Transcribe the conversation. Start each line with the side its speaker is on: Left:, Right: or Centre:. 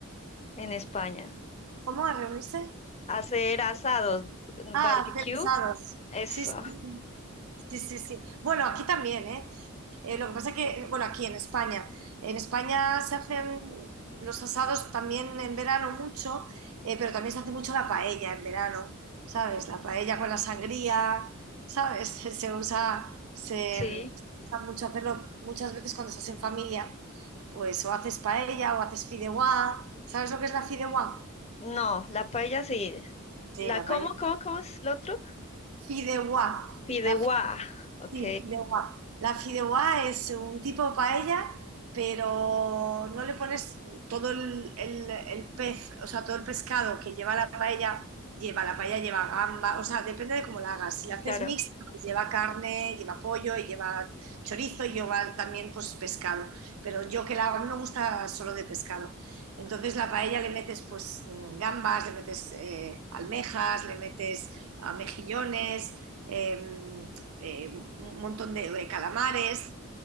Left: en España.
Right: ¿Cómo a reunirse?
Left: Hacer asados, mm,
Right: Ah,
Left: barbecue,
Right: a hacer asados.
Left: eso,
Right: Sí, sí, sí. Sí, sí, sí. Bueno, aquí también, ¿eh? Eh, lo que pasa es que, bueno, aquí en España, en España se hacen los asados también en verano mucho, eh, pero también se hace mucho la paella en verano, ¿sabes? La paella con la sangría, ¿sabes? <laughs> Se, se usa, se,
Left: sí.
Right: se usa mucho hacerlo muchas veces cuando estás en familia, pues o haces paella o haces fideuá, ¿sabes lo que es la fideuá?
Left: No, la paella sí.
Right: Sí,
Left: La,
Right: la
Left: ¿cómo,
Right: paella.
Left: cómo, cómo es lo otro?
Right: Fideuá.
Left: Fideuá,
Right: La
Left: ok,
Right: Sí, fideuá. La fideuá es un tipo de paella, pero no le pones todo el, el- el pez, o sea, todo el pescado que lleva la paella, lleva la paella, lleva gamba, o sea, depende de cómo la hagas. Si la haces
Left: claro,
Right: mixta, pues lleva carne, lleva pollo, y lleva chorizo y lleva también pues pescado. Pero yo que la hago, a mí me gusta solo de pescado. Entonces la paella le metes pues mm, gambas, le metes eh, almejas, le metes ah, mejillones. em, eh, un montón de, de calamares.